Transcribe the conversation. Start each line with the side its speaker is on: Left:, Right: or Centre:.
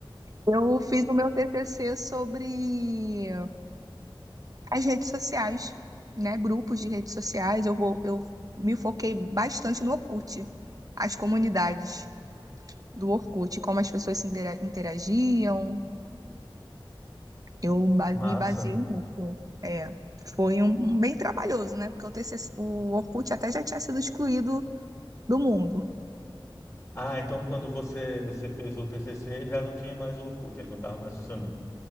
Right: Eu fiz o meu TCC sobre as redes sociais, né? Grupos de redes sociais. Eu vou, eu me foquei bastante no Orkut, as comunidades do Orkut, como as pessoas se intera- interagiam. Eu ba-
Left: que massa.
Right: me baseei nisso. É, foi um, um bem trabalhoso, né? Porque o TCC, o Orkut até já tinha sido excluído do mundo.
Left: Ah, então quando você você fez o TCC, já não tinha mais o Orkut, ele não estava mais funcionando.